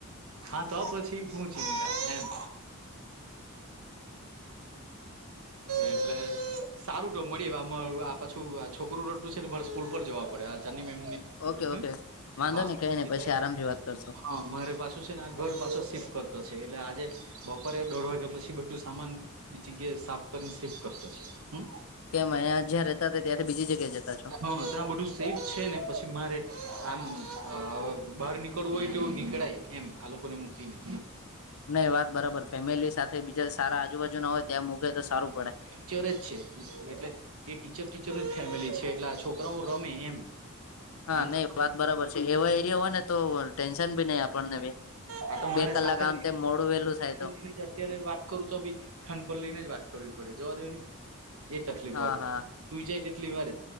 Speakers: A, on the right; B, on the left.
A: ખાતો પછી હું ચિંતા એમ એટલે <unintelligible> સારું તો મળી આ માં પાછું આ છોકરું રડતું છે ને મારે સ્કૂલ પર જવા પડે આ ચાંદની મેમ ની
B: ઓકે
A: હામ
B: ઓકે વાંધો
A: હા
B: નઈ કઈ નઈ
A: એટલે
B: પછી આરામથી વાત કરશો
A: હા મારે પાસ છે ને આ ઘર પાછો શિફ્ટ કરતો છે એટલે આજે બપોરે દોઢ વાગ્યા પછી બધું સામાન બી જગ્યાએ સાફ કરીને સેફ કરતા શે હામ.
B: કેમ અહીંયા જ્યાં રહેતા હતા ત્યાંથી બીજી જગ્યાએ જતા છો.
A: હા ત્યા આ બધું સેફ છે ને પછી મારે આમ આ બહાર નીકળવું હોય તોવું નીકળાય. એમ આ લોકો ને મૂકીને.
B: નહી વાત બરાબર ફેમિલી સાથે બીજા સારા આજુબાજુ ના હોય ત્યાં મૂકે તો સારું પડે.
A: <unintelligible> જ છે એટલે એ ટીચર ટીચરનું જ ફેમિલી છે એટલે આ છોકરાઓ રમે એમ.
B: હા
A: આમ
B: નહી
A: તો
B: વાત બરાબર છે એવા એરિયા હોય ને તો ટેન્શન ભી નહી આપણને ભી.
A: આ તો
B: બે
A: મારે
B: કલાક
A: સાથે
B: આમતે મોડું વેલું થાય
A: <unintelligible>
B: તો
A: અત્યારે વાત કરું તો બી ખાન પર લઈને જ વાત કરવી પડે જવા દેવ ને. એ તકલીફ
B: હા
A: વાળું
B: હા
A: તું જાય તેટલી વાર જ